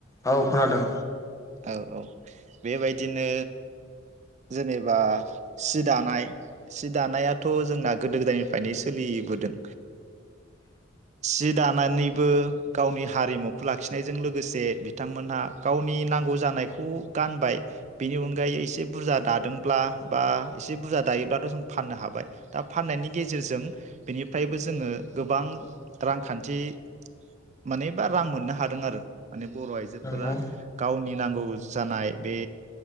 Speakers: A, on the left; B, on the right.
A: औ खोनादों।
B: औ औ बेबायदिनो जेनोबा सि दानाय सि दानायाथ' जोंना गोदो गोदायनिफ्रायनो सोलिबोदों सि दानानैबो गावनि हारिमुखौ लाखिनायजों लोगोसे बिथांमोनहा गावनि नांगौ जानायखौ गानबाय बेनि अनगायै एसे बुरजा दादोंब्ला बा एसे बुरजा दायोब्लाथ जों फाननो हाबाय दा फाननायनि गेजेरजों बेनिफ्रायबो जोङो गोबां रांखान्थि माने बा रां मोननो हादों आरो। माने बर' आइजोफोरा
A: नंगौ
B: गाव नि नांगौ जानाय बे